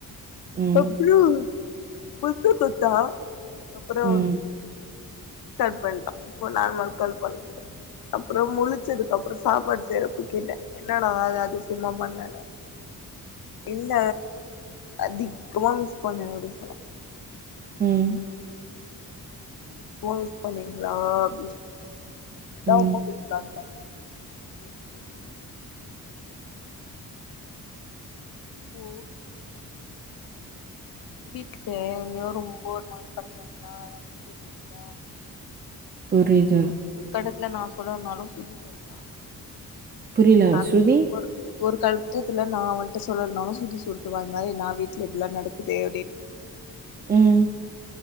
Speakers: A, on the right; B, on the left.
A: ம்,
B: தொப்புளு புத்த கொத்தா அப்றோ
A: ம்,
B: கால் பண்டான் இப்போ நார்மல் கால் பண்ணிடு அப்றோ முழிச்சதுக்கு அப்றோ சாப்பாடு செய்யறப்ப கேட்டன் என்னடா அதிசயமா பண்ணனு இல்ல அதிகமா மிஸ் பண்ணே அப்டி சொன்னா
A: ம்
B: ஃபோன் யூஸ் பண்ணீங்ளா அப்டின்ன அதா
A: ம்.
B: உம்மா குடுத்தான்னு சொன்ன சேரி சேரி ஓ வீட்ல என்யோ ரொம்ப ஒரு மாரி பண்றாங்ளா அத அவளுக்கு தெரிதில்ல
A: புரிது
B: ஒரு கட்டத்துல நா சொல்லலனாலு ஸ்ருதி சொல்ட்டா
A: புரியல.
B: நான்
A: ஸ்ருதி?
B: ஒரு ஒரு கட்டத்துல நான் அவன்ட்ட சொல்லலனாலு ஸ்ருதி சொல்றுவான் இந்த மாரி நா வீட்ல இப்டியெல்லா நடக்குது அப்டின்ட்டு <inaudible>
A: ம்